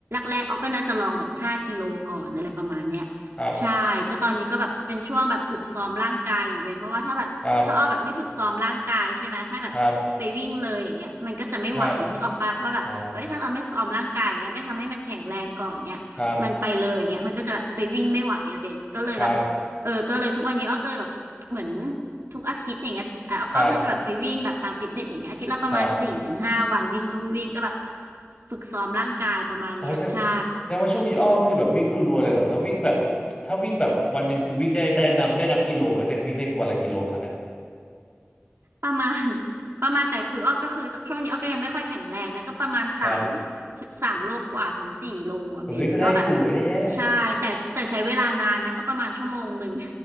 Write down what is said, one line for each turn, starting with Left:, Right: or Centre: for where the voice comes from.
Right: แรกๆอ้อก็น่าจะลองแบบห้ากิโลก่อนอะไรประมาณเนี้ย
Left: ครับ
Right: ใช่ก็ตอนนี้ก็แบบเป็นช่วงแบบฝึกซ้อมร่างกายอยู่เบนเพราะว่าถ้าแบบถ้าอ้อแบบไม่ฝึกซ้อมร่างกายใช่ไหมถ้าแบบไปวิ่งเลยอย่างเงี้ยมันก็จะไม่ไหวนึกออกปะว่าแบบเอ้ยถ้าเราไม่ซ้อมร่างกายอย่างเงี้ยไม่ทำให้มันแข็งแรงก่อนเงี้ย
Left: ครับครับครับอ่าครับ
Right: มันไปเลยเงี้ยมันก็จะแบบไปวิ่งไม่ไหวอะเบนก็เลยแบบ
Left: ครับ
Right: เออก็เลยทุกวันนี้อ้อก็เลยแบบเหมือนทุกอาทิตย์อย่างเงี้ยอ้ออ้อก็จะแบบไปวิ่งแบบตามฟิตเนสอย่างเงี้ยอาทิตย์ละประมาณสี่ถึงห้าวันวิ่งลู่วิ่งก็แบบ
Left: ครับครับ
Right: ฝึกซ้อมร่างกายประมาณเนี้ยใช่
Left: โอ้แสดแสดงว่าช่วงนี้อ้อคือแบบวิ่งรัวๆเลยเหรอแล้ววิ่งแบบถ้าวิ่งแบบวันหนึ่งคือวิ่งได้ได้นับได้นับกิโลไหมว่าตัวเองวิ่งได้วันละกิโลตอนเนี้ย
Right: ประมาณ <laughs> ประมาณแต่คืออ้อก็คือช่วงนี้อ้อก็ยังไม่ค่อยแข็งแรงนะก็ประมาณสาม
Left: ครับ
Right: สามโลกว่าถึงสี่โลอ่ะเบนก็แบบ
Left: เอ้ยก็ได้อยู่ไม่ได้แย่
Right: ใช่แต่แต่ใช้เวลานานนะก็ประมาณชั่วโมงหนึ่ง